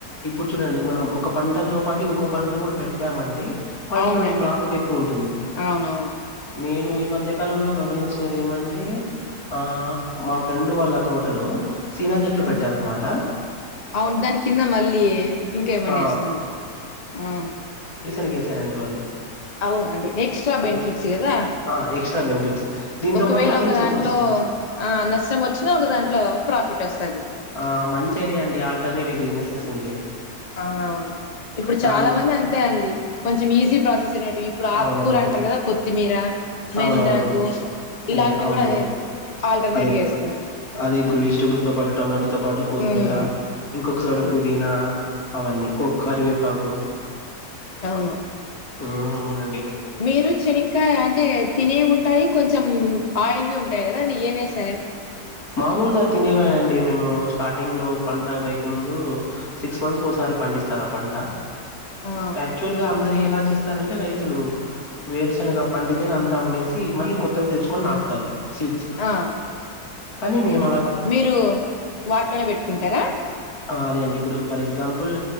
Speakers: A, on the left; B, on the left.
A: ఇప్పుడు చూడండి మనం ఒక పంటతో పాటు ఇంకో పంటను కూడా పెట్టామంటే మనకి
B: అవునండి
A: కొంచెం ప్రాఫిట్ ఎక్కువ ఉంటుంది
B: అవునవును
A: నేను ఈ మధ్యకాలంలో గమనించినది ఏమంటే ఆ మా ఫ్రెండ్ వాళ్ళ తోటలో సీనా చెట్లు
B: ఉమ్
A: పెట్టారనమాట
B: అవును దాని కింద మళ్ళీ ఇంకేమన్న
A: ఆ!
B: ఏస్తారు ఆ
A: నికేసారండి వాళ్ళు
B: అవునండి ఎక్స్ట్రా
A: అది
B: బెనిఫిట్స్ కదా
A: ఆ ఎక్స్‌ట్రా బెనిఫిట్స్ దీంతో
B: ఒకవేళ
A: పాటు అది
B: ఒక
A: చేతికి
B: దాంట్లో
A: వస్త
B: ఆ నష్టం వచ్చినా ఒక దాంట్లో ప్రాఫిట్ వస్తాది
A: ఆ మంచి ఐడియా అండి ఆల్టర్నేటివ్ బిజినెసెస్ ఉంటే
B: అవునవును ఇప్పుడు చాలా
A: దాని
B: మంది అంతే అండి కొంచెం ఈజీ ప్రాసెస్ అనట్టు ఇప్పుడు ఆకుకూర
A: అవునవును.
B: తింటరు కదా కొత్తిమీర మెంతాకు
A: అవునవును. అయ్యే
B: ఇలాంటివి
A: అవునండి
B: కూడాదే ఆల్టర్నేట్
A: అదే
B: గా వేస్తారు
A: అదే ఇప్పుడు వెజిటేబుల్ తో పాటు టొమాటో తో పాటు కొత్తిమీర
B: ఉమ్
A: ఇంకొకసైడ్
B: అవును
A: పుదీనా అవన్నీ కోకరివేపాకు
B: అవును
A: ఉమ్ అవునండి
B: మీరు చెనికాయ అంటే తినేవీ ఉంటాయి కొంచెం ఆయిల్వి ఉంటాయి కదాండి ఏం ఎస్
A: మామూలుగా తినేవే అండిమేము స్టార్టింగ్ లో పంట వేయక ముందు సిక్స్ మంత్స్కి ఒకసారి పండిస్తారు ఆ పంట
B: ఆ
A: యాక్చువల్ గా అందరు ఎలా చేస్తారంటే రైతులు వేరుశనగా పండితేనే అంతా అమ్మేసి మళ్ళీ కొత్తవి తెచ్చుకొని నాటుతారు సీడ్స్
B: ఆ
A: కానీ మీమా
B: మీరు వాటిలోనే పెట్టుకుంటారా
A: ఆ అదే అండి ఇప్పుడు ఫర్ ఎగ్జాంపుల్